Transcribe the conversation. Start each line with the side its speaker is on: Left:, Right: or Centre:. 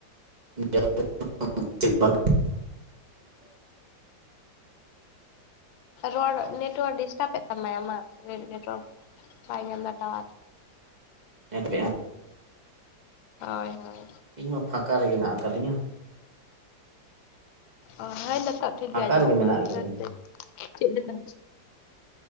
Right: <unintelligible>
Left: ᱨᱚᱲ ᱱᱮᱴᱣᱟᱨᱠ ᱰᱤᱥᱴᱟᱵᱮᱫ ᱛᱟᱢᱟᱭ ᱟᱢᱟᱜ ᱨᱮ ᱱᱮᱴᱣᱟᱨᱠ ᱵᱟᱭ ᱧᱟᱢᱫᱟ ᱴᱟᱣᱟᱨ
Right: ᱮᱢ ᱠᱮᱜ-ᱟᱢ
Left: ᱦᱳᱭ ᱦᱳᱭ
Right: ᱤᱧ ᱢᱟ ᱯᱷᱟᱸᱠᱟ ᱨᱮᱜᱮ ᱢᱮᱱᱟᱜ ᱟᱠᱟᱫᱤᱧᱟ᱾
Left: ᱚ, ᱦᱳᱭ ᱱᱤᱛᱚᱜ ᱴᱷᱤᱠ
Right: ᱯᱷᱟᱸᱠᱟ
Left: ᱜᱮ ᱟᱸᱡᱚᱢᱚᱜ
Right: ᱨᱮᱜᱮ
Left: ᱠᱟᱱᱟᱼᱟ
Right: ᱢᱮᱱᱟᱜ
Left: ᱢᱤᱫ
Right: ᱟᱠᱟᱫᱤᱧᱟ
Left: ᱜᱷᱟᱹᱲᱤᱡ ᱛᱮ ᱪᱮᱫ ᱞᱮᱠᱟ